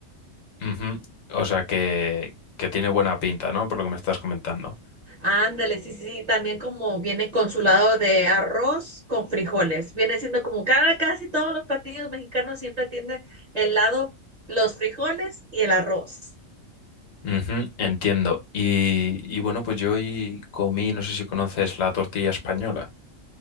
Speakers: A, on the left (about 80°); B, on the right (about 40°).
A: Ujú. O sea, que, que tiene buena pinta, ¿no? Por lo que me estás comentando.
B: Ándale, sí, sí, sí, también como viene con su lado de arroz con frijoles. Viene siendo como cada, casi todos los platillos mexicanos siempre tienen el lado, los frijoles y el arroz.
A: Ujú, Entiendo. Y, y bueno, pues yo hoy comí, no sé si conoces la tortilla española.